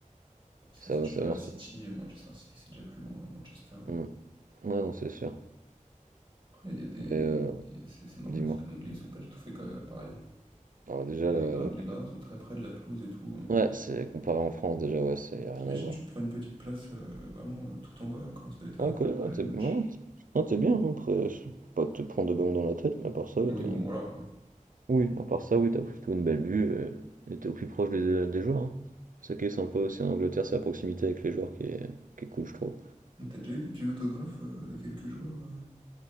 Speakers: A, on the right; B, on the right.
A: Parce que
B: Ça
A: si
B: va,
A: tu
B: ça
A: vas
B: va.
A: à
B: merci.
A: City, euh, Manchester City, c'est déjà plus loin, à Manchester.
B: Mm. Ouais, non, c'est sûr.
A: Après, il y a des.
B: Mais euh,
A: il y a- C'est c'est marrant,
B: Dis-moi.
A: les stades anglais, ils sont pas du tout faits que- pareil.
B: Alors déjà,
A: Les
B: le...
A: les grad- les gradins sont très près de la pelouse et tout, heu.
B: le- ouais, c'est comparé en France, déjà, ouais, c'est rien
A: T'imagines,
B: à voir.
A: tu te prends une petite place, heu, vraiment, heu, tout en bas là, comment ça doit être incroyable
B: Ah, quoi, ouais,
A: de regarder
B: t'es
A: le
B: ouais,
A: match?
B: t'es- non, t'es bien, hein, après, je- faut pas te prendre de ballon dans la tête, mais à part ça, ouais,
A: Oui,
B: t'es...
A: bon, voilà quoi.
B: Oui, à part ça, oui, t'as plutôt une belle vue, euh, et t'es au plus proche des, des joueurs, hein. C'est ça qui est sympa aussi en Angleterre, c'est la proximité avec les joueurs qui est, qui est cool, je trouve.
A: T'as déjà eu des petits autographes, heu, de quelques joueurs, heu?